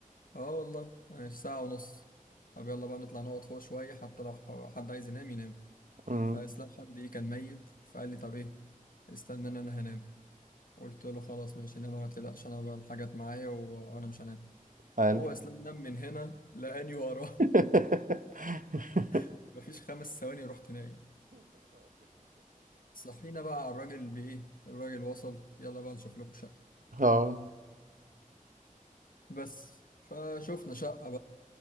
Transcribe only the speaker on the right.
مم.
حلو
<laughs>
اه